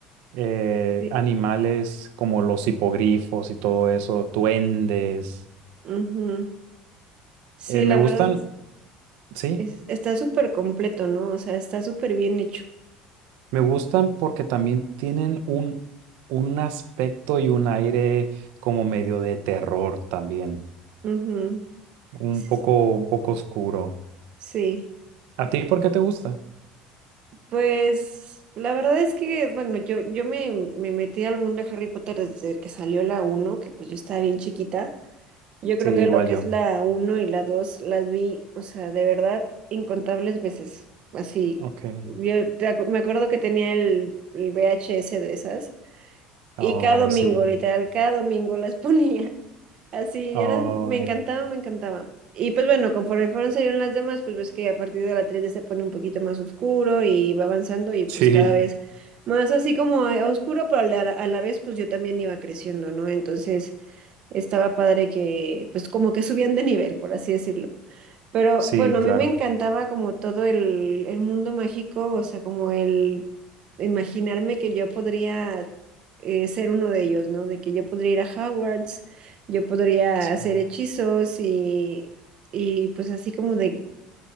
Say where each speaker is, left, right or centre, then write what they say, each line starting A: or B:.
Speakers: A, on the right; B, on the right.
A: eh,
B: Sí.
A: animales como los hipogrifos y todo eso, duendes.
B: Ujú. Sí,
A: Eh, me
B: la
A: gustan,
B: verdad es-
A: sí,
B: es- está súper completo, ¿no? O sea, está súper bien hecho.
A: me gustan porque también tienen un, un aspecto y un aire como medio de terror también,
B: Ujú.
A: un
B: S-
A: poco, un poco oscuro.
B: Sí.
A: ¿A ti por qué te gusta?
B: Pues la verdad es que, bueno, yo, yo me, me metí al mundo de Harry Potter desde que salió la uno, que pues yo estaba bien chiquita. Yo
A: Sí,
B: creo
A: igual
B: que lo que
A: yo.
B: es la uno y la 2 las vi, o sea, de verdad, incontables veces. Así,
A: Ok.
B: yo te acu- me acuerdo que tenía el, el VHS de esas
A: Oh,
B: y cada domingo,
A: sí.
B: literal, cada domingo las <laughs> ponía. Así,
A: Oh,
B: era, me encantaba, me encantaba. Y pues bueno, conforme fueron saliendo las demás, pues ves que a partir de la tres d se pone un poquito más oscuro y va avanzando y pues
A: sí,
B: cada vez más así como a- oscuro, pero a la, a la vez pues yo también iba creciendo, ¿no? Entonces estaba padre que pues como que subían de nivel, por así decirlo. Pero
A: sí,
B: bueno, a
A: claro.
B: mí me encantaba como todo el, el mundo mágico, o sea, como el imaginarme que yo podría eh, ser uno de ellos, ¿no? De que yo podría ir a Hogwarts, yo podría
A: Sí.
B: hacer hechizos y, y pues así como de